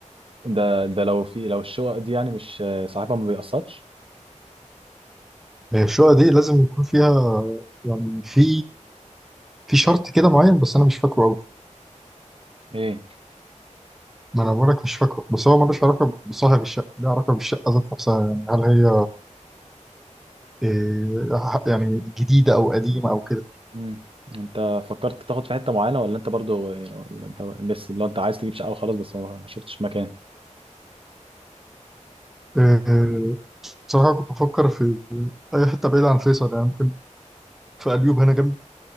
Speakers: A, on the right (about 45°); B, in the centre.
A: ده ده لو في لو الشقق دي يعني مش صاحبها ما بيقسطش
B: هي الشقة دي لازم يكون فيها يعني في في شرط كده معين بس أنا مش فاكره أوي
A: ايه
B: ما أنا بقولك مش فاكره بس هو ملوش علاقة بصاحب الشقة ليه علاقة بالشقة ذات نفسها يعني هل هي إيه يعني جديدة أو قديمة أو كده
A: امم انت فكرت تاخد في حته معينه ولا انت برضو ولا انت لسه لو انت عايز تجيب شقه وخلاص بس ما ما شفتش مكان
B: إيه بصراحة كنت بفكر في أي حتة بعيدة عن فيصل يعني ممكن في أليوب هنا جنبي